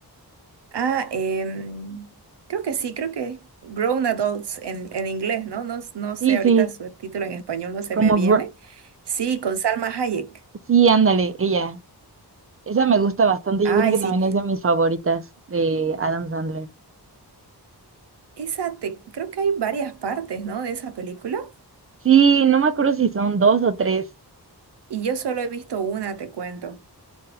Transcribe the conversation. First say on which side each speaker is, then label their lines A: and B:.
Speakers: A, on the right; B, on the right.
A: Ah, em, creo que sí, creo que Grown Adults en, en inglés, ¿no? No, no sé,
B: Sí,
A: ahorita
B: sí,
A: su título en español no se
B: como,
A: me viene.
B: Gr-
A: Sí, con Salma Hayek.
B: sí, ándale, ella. Esa me gusta bastante,
A: Ay,
B: yo creo que
A: sí.
B: también es de mis favoritas de Adam Sandler.
A: Esa te, creo que hay varias partes, ¿no? De esa película.
B: Sí, no me acuerdo si son dos o tres.
A: Y yo solo he visto una, te cuento.